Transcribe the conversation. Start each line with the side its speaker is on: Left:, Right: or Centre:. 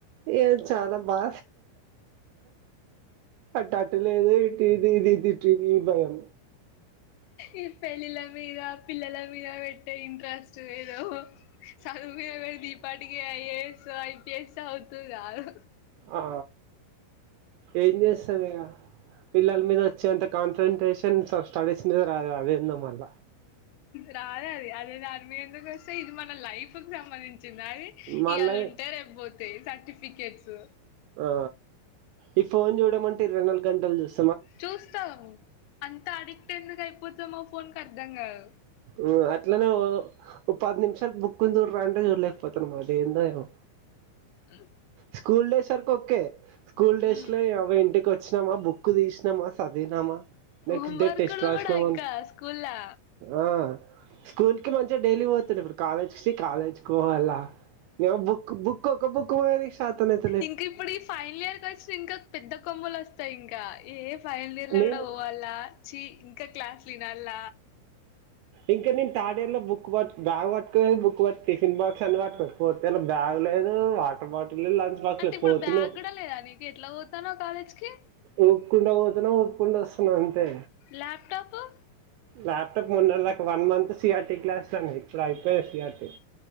Right: ఏ చాల బా అటు అటు లేదు ఇటు ఇది ఇది ఈ భయం
Left: ఈ పెళ్ళిళ్ళ మీద పిల్లల మీద పెట్టే ఇంట్రెస్ట్ ఏదో చదువు మీద పెడితె ఈపాటికి ఐఏఎస్ ఐపీఎస్ అవుదువు కాదు
Right: ఆ ఏం చేస్తామిగ పిల్లల మీద వచ్చేంత కాన్సన్ట్రేషన్ స స్టడీస్ మీద రాదు అదెందో మల్ల
Left: రాద అది అదే దాని మీందుకు వస్తే ఇది మన లైఫ్కి సంబంధించింది అది
Right: మళ్ళా
Left: ఇవాళ ఉంటే రెపోతాయి సర్టిఫికెట్స్
Right: ఆ ఈ ఫోన్ చూడ అంటే ఇరవై నాలుగు గంటలు చూస్
Left: చూస్తాం అంత అడిక్ట్ ఎందుకు అయిపోతామో ఫోన్ కు అర్ధం కాదు
Right: ఉ అట్లనే వొదం ఒక పది నిమిషాలు బుక్కుని చూడరా అంటే చూడలేకపోతన మల్ల ఏందో ఏమో
Left: <unintelligible>
Right: స్కూల్ డేస్ వరకు ఒకే స్కూల్ డేస్
Left: ఉమ్
Right: లో ఇ అవ్వ ఇంటికి వచ్చినామా బుక్ బుక్కు తీసినమా చదివినామా
Left: హోం
Right: నెక్స్ట్ డే
Left: వర్కులు
Right: టెస్ట్ రాసినామా
Left: కూడా ఇంకా స్కూల్లా
Right: ఆ స్కూల్ కి మంచిగా డైలీ పోతుండె ఇప్పుడు కాలేజ్ కి కాలేజ్కి పోవాలా నీ అవ్వ బుక్కు బుక్కు ఒక బుక్ మోయనీకి శాతనైతలే
Left: ఇంకా ఇప్పుడు ఈ ఫైనల్ ఇయర్ వచ్చినంక పెద్ద కొమ్మలొస్తయి ఇంకా ఏ ఫైనల్ ఇయర్ లో
Right: నేను
Left: కూడా పోవాలా చీ ఇంకా క్లాసులు ఇనాల్ల
Right: ఇంకా నేను థాడియర్ లో బుక్ పట్టుగా బ్యాగ్ పట్టుకో బక్ బట్టి టిఫిన్ బాక్స్ అనన్ని పట్టుక పోన్ ఈయల బ్యాగ్ లేదు వాటర్ బాటిల్ లేదు లంచ్ బాక్స్
Left: అంటే
Right: లేదు
Left: ఇప్పుడు
Right: పోతున్నావు
Left: బ్యాగ్ కూడా లేదా నీకి ఎట్లా పోతానవ్ కాలేజ్కి
Right: ఊపుకుండా పోతున్నా ఊపు కుంట వస్తున్నా అంతే
Left: లాప్టాపూ
Right: ల్యాప్టాప్ మొన్నదాకా వన్ మంత్ సిఆర్టీ క్లాస్లు అని ఇప్పుడ అయిపోయాయి సిఆర్టీ